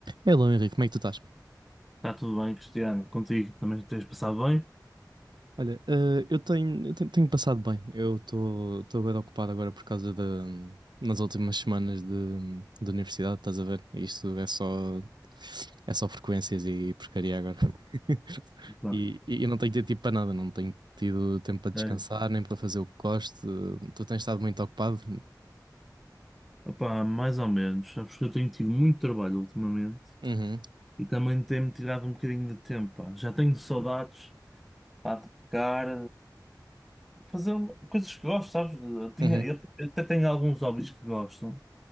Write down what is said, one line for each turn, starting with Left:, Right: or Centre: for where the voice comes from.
Right: Hello, Henrique, como é que tu estás?
Centre: Está tudo bem, Cristiano? Contigo também tens passado bem?
Right: Olha, eh, eu tenho, eu tenho, tenho passado bem. Eu estou bem ocupado agora por causa da, nas últimas semanas de, de universidade, estás a ver? Isto é só, é só frequências e porcaria agora. <laughs>
Centre: Pá,
Right: E, e eu não tenho tido tempo para nada, não tenho tido tempo para descansar,
Centre: sério.
Right: nem para fazer o que gosto. Tu tens estado muito ocupado?
Centre: Opá, mais ou menos. Sabes que eu tenho tido muito trabalho ultimamente
Right: Uhum,
Centre: e também tem-me tirado um bocadinho de tempo. pá. Já tenho saudades pá, de tocar, fazer coisas que gosto, sabes? Eu, tinha-
Right: uhum.
Centre: eu- eu até tenho alguns hobbies que gosto,